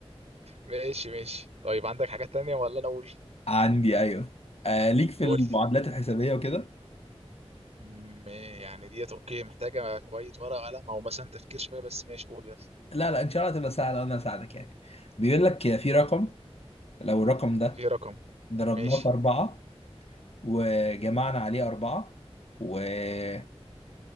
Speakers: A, on the right; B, on the left.
A: ماشي ماشي طيب عندك حاجة تانية ولا انا اقول
B: <laughs> عندي ايوه آه ليك في
A: قول
B: المعادلات الحسابيه وكده
A: م- يعني ديت اوكي محتاجة شوية ورقة قلم او مثلا تفكير شوية بس ماشي قول يلا
B: لا لا ان شاء الله تبقى سهله وانا اساعدك يعني بيقول لك في رقم لو الرقم ده
A: في رقم
B: ضربناه
A: ماشي
B: في أربعة وجمعنا عليه أربعة وقسمناه